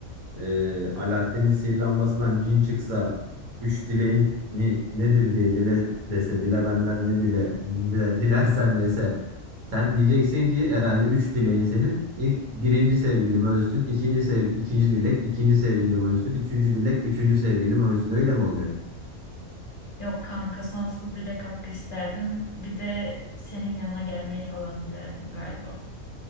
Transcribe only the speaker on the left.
Yok kanka sonsuz dilek hakkı isterdim. Bir de senin yanına gelmeyi falan dilerdim galiba.